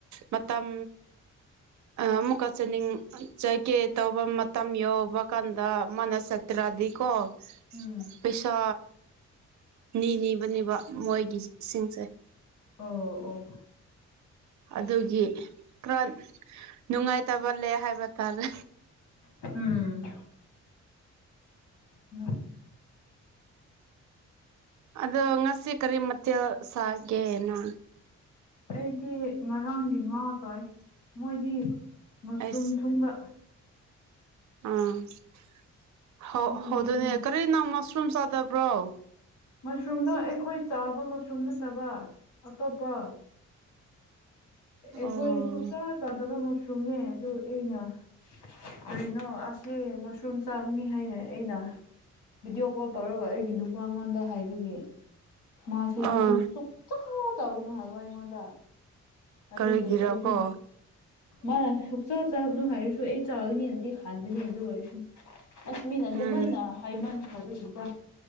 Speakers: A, on the right; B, on the left.
A: ꯃꯇꯝ ꯑꯃꯨꯛꯀ ꯆꯠꯅꯤꯡ ꯆꯥꯏꯒꯦ ꯇꯧꯕ ꯃꯇꯝ ꯌꯎꯧꯕ ꯀꯥꯟꯗ ꯃꯥꯅ ꯁꯠꯇ꯭ꯔꯥꯙꯀ
B: ꯎꯝ
A: ꯄꯩꯁꯥ ꯅꯤꯅꯤꯕꯅꯦꯕ ꯃꯣꯏꯒꯤ ꯁꯤꯡꯁꯔ
B: ꯑꯣ ꯑꯣ
A: ꯑꯗꯨꯒꯤ ꯈꯔ ꯅꯨꯡꯉꯥꯏꯇꯕ ꯂꯩ ꯍꯥꯏꯕ ꯇꯥꯔꯦ
B: ꯎꯝ ꯎ
A: ꯑꯗ ꯉꯁꯤ ꯀꯔꯤ ꯃ ꯁꯦꯅ
B: ꯑꯩꯗꯤ ꯉꯔꯥꯡꯒꯤ ꯉꯥ ꯇꯣꯏ ꯃꯣꯏꯗꯤ ꯃꯁꯔꯨꯝ
A: ꯑꯩꯁ
B: ꯊꯨꯡꯕ
A: ꯑꯥ
B: ꯃꯣꯏꯗꯤ
A: ꯍꯗꯨꯅꯦ
B: ꯑꯗꯨꯝ
A: ꯀꯔꯤ ꯅꯎ ꯃꯁꯔꯨꯝ ꯆꯥꯗꯕ꯭ꯔꯣ
B: ꯃꯁꯔꯨꯝꯗꯣ ꯑꯩꯈꯣꯏ ꯆꯥꯕ ꯃꯁꯔꯨꯝ ꯅꯠꯇꯕ ꯑꯇꯣꯞꯄ ꯑꯩꯈꯣꯏ
A: ꯑꯣ
B: ꯁꯨꯡꯛꯇ ꯇꯥꯗꯕ ꯃꯁꯔꯨꯝꯅꯦ ꯑꯗꯨ ꯑꯩꯅ ꯀꯔꯤꯅꯣ ꯑꯁꯤꯁ ꯃꯁꯔꯨꯝ ꯆꯥꯡꯅꯤ ꯍꯥꯏꯅ ꯑꯩꯅ ꯚꯤꯗꯤꯑꯣ ꯀꯣꯜ ꯇꯧꯔꯒ ꯑꯩꯒꯤ ꯅꯨꯄꯥ ꯑꯩꯉꯣꯟꯗ ꯍꯥꯏꯕꯒꯦ ꯃꯥꯁꯦ
A: ꯑꯥ
B: ꯑꯁꯤ ꯁꯨꯡꯊ ꯇꯥꯕꯅꯨ ꯍꯥꯏꯕ ꯑꯩꯉꯣꯟꯗ ꯑꯗꯨꯒꯤꯁꯨ
A: ꯀꯔꯤꯒꯤꯔꯀꯣ
B: ꯃꯥꯅ ꯍꯛꯆꯆꯥ ꯆꯥꯒꯅꯨ ꯍꯥꯏꯔꯁꯨ ꯑꯩ ꯆꯥꯒꯅꯤꯅꯗꯤ ꯍꯥꯟꯕꯅꯤ ꯑꯗꯨ ꯑꯣꯏꯔꯁꯨ ꯑꯁꯃꯤꯟ ꯑꯗꯨꯃꯥꯏꯅ
A: ꯎꯝ
B: ꯍꯥꯏꯃꯟ ꯈꯕꯤꯕ